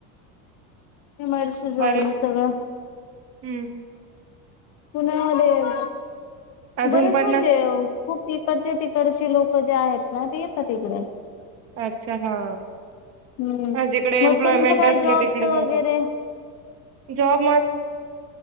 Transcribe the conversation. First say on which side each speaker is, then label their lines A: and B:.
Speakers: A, on the left (about 35°); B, on the right (about 35°).
A: M I D C जवळ
B: बाराशे
A: सगळ.
B: हम्म.
A: पुण्यामध्ये
B: अजून
A: बरेच
B: पन्नास
A: म्हणजे खूप इकडचे तिकडचे लोक जे आहेत ना ते येत इकडे.
B: अच्छा हा.
A: हम्म
B: हा जिकडे
A: मग
B: एम्प्लॉयमेंट
A: तुमचं काय
B: असली
A: जॉबच
B: तिकडे
A: वगैरे
B: जातात. जॉब म